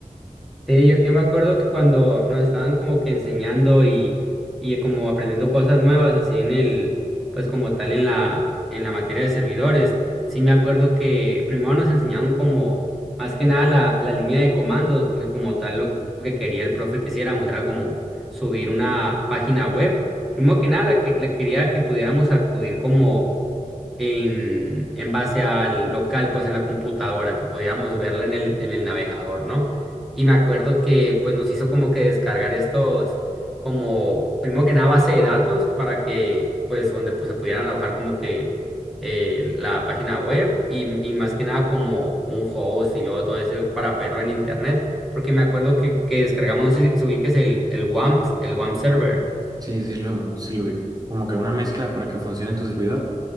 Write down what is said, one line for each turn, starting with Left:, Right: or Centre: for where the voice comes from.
Centre: Sí, yo, yo me acuerdo que cuando nos estaban como que enseñando y, y como aprendiendo cosas nuevas, así en el, pues como tal en la, en la materia de servidores, sí me acuerdo que primero nos enseñaron como más que nada la, la línea de comandos, porque como tal lo que quería el profe que hiciéramos era como subir una página web. Primero que nada, la que la quería que pudiéramos acudir como en, en base al local, pues en la computadora, que podíamos verla en el, en el navegador, ¿no? Y me acuerdo que pues nos hizo como que descargar estos, como, primero que nada, base de datos para que, pues, donde pues se pudieran alojar como que eh, la página web y, y más que nada como un host y luego todo eso para verlo en internet, porque me acuerdo que, que descargamos, no sé si si ubiques el, el WAMP, el WAMP server.
Right: Sí, sí lo, sí lo vi. Como que una mezcla para que funcione en tu servidor.